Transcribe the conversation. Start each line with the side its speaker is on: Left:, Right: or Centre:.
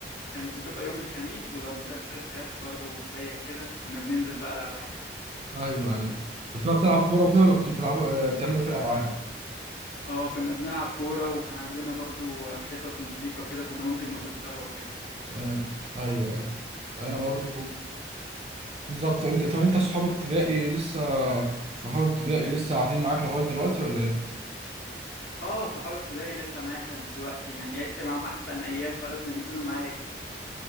Left: كانت بتبقى يوم الخميس ولو مدرس غاب برضه زيك كده كنا بننزل بقى الألعاب
Right: ايوه ايوه كنت بقى بتلعب كورة وكده ولا كنت بتلعبوا آه بتعملوا إيه في الالعاب؟
Left: اه كنا بنلعب كورة وكان عندنا برضو حصص موسيقى كده كنا ممكن نخشها وكده
Right: آه ايوه ايوه انا برضو
Left: ايوه
Right: بالظبط انت طب انت صحاب ابتدائي لسه صحاب ابتدائي لسه قاعدين معاك لغاية دلوقتي ولا ايه؟
Left: اه صحابي ابتدائي لسه معايا لحد دلوقتي يعني عشت معاهم احسن ايام فلازم أن يكونوا معايا